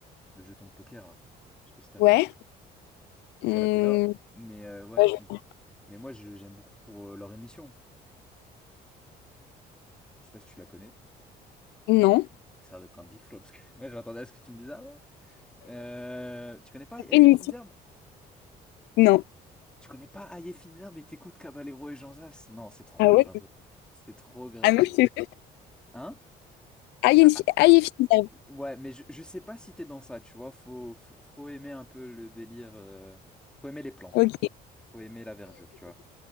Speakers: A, in the centre; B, on the left.
A: le jeton de poker là. Je sais pas si t'as
B: Ouais.
A: le nom
B: hum,
A: sur la cover, mais euh, ouais.
B: ouais, je-
A: m- Mais moi je- j'aime beaucoup pour euh, leur émission. Je sais pas si tu la connais.
B: Non.
A: Ah, Ça a l'air d'être un big flop parce que <laughs> moi je m'attendais à ce que tu me dises. Ah ouais. Euh, tu connais pas
B: Après,
A: Hey
B: une
A: Finzer
B: fille- Non.
A: Tu connais pas Ayefina, mais t'écoutes Caballero et Jean Zas? Non, c'est trop
B: Ah
A: grave.
B: ouais?
A: C'est trop grave,
B: Ah non,
A: ça.
B: je te jure.
A: Hein?
B: Ah,
A: Bah,
B: il y a une fille.
A: ah,
B: Ah, il y a une fille. derrière.
A: ouais, mais je, je sais pas si t'es dans ça, tu vois. Faut, faut, faut aimer un peu le délire. euh, Faut aimer les plantes.
B: Ok, ok.
A: Faut aimer la verdure, tu vois.